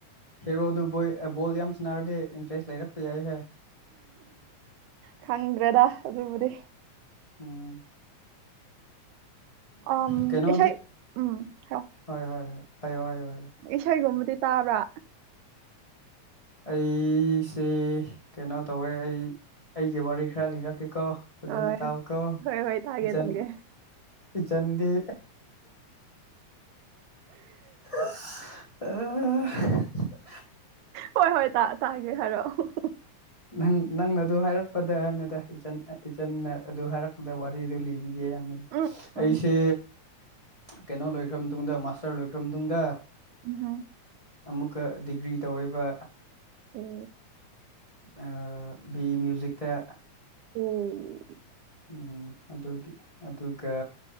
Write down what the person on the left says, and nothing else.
ꯍꯦꯔꯣꯗꯨ ꯕꯣꯏ ꯕꯣꯜ ꯌꯥꯝ ꯁꯥꯟꯅꯔꯗꯤ ꯏꯟꯇ꯭ꯔꯦꯁ ꯂꯩꯔꯛꯄ ꯌꯥꯏꯍꯦ
ꯎꯝ
ꯀꯩꯅꯣꯗꯤ
ꯍꯣꯏ ꯍꯣꯏ ꯍꯣꯏ ꯍꯥꯏꯌꯣ ꯍꯥꯏꯌꯣ ꯍꯥꯏꯌꯣ
ꯑꯩꯁꯦ ꯀꯩꯅꯣ ꯇꯧꯋꯦ ꯑꯩ ꯑꯩꯒꯤ ꯋꯥꯔꯤ ꯈ꯭ꯔ ꯂꯤꯔꯛꯀꯦꯀꯣ ꯐꯖꯅ
ꯇꯥꯎꯀꯣ
ꯏꯆꯟ
ꯏꯆꯟꯗꯤ ꯑ <unintelligible>
ꯅꯪ ꯅꯪꯅ ꯑꯗꯨ ꯍꯥꯏꯔꯛꯄꯗ ꯍꯥꯏꯅꯤꯗ ꯢꯆꯟ ꯏꯆꯟꯅ ꯑꯗꯨ ꯍꯥꯏꯔꯛꯄꯗ ꯋꯥꯔꯤꯗꯨ ꯂꯤ ꯂꯤꯒꯦ ꯌꯥꯝꯅꯤꯗ
ꯑꯩꯁꯦ
ꯀꯩꯅꯣ ꯂꯣꯏꯈ꯭ꯔ ꯃꯇꯨꯡꯗ ꯃꯥꯁꯇꯔ ꯂꯣꯏꯈ꯭ꯔ ꯃꯇꯨꯡꯗ
ꯑꯃꯨꯛꯀ ꯗꯤꯒ꯭ꯔꯤ ꯇꯧꯋꯦꯕ
ꯑ ꯕꯤ ꯃꯌꯨꯖꯤꯛ ꯇꯥ
ꯎꯝ ꯑꯗꯨꯒꯤ ꯑꯗꯨꯒ